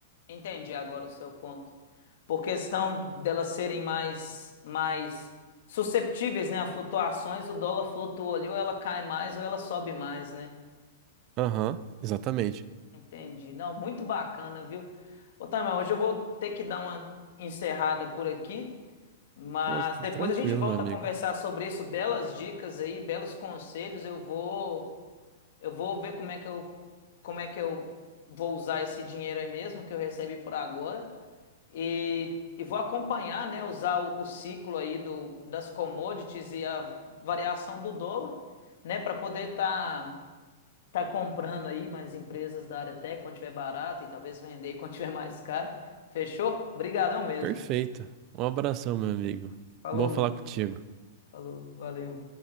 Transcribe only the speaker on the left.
Entendi agora o seu ponto. Por questão delas serem mais, mais susceptíveis, né, a flutuações, o dólar flutua ali, ou ela cai mais, ou ela sobe mais, né?
Entendi. Não, muito bacana, viu? Ô, Tamel, hoje eu vou ter que dar uma encerrada por aqui, mas
depois
a gente volta
a conversar sobre isso, belas dicas aí, belos conselhos. Eu vou, eu vou ver como é que eu, como é que eu vou usar esse dinheiro aí mesmo que eu recebi por agora e, e vou acompanhar, né, usar o, o ciclo aí do, das commodities e a variação do dólar, né, para poder estar tá comprando aí mais empresas da área tech quando tiver barato e talvez vender <laughs> quando tiver mais caro. Fechou? Brigadão mesmo.
Falou,
falou, valeu.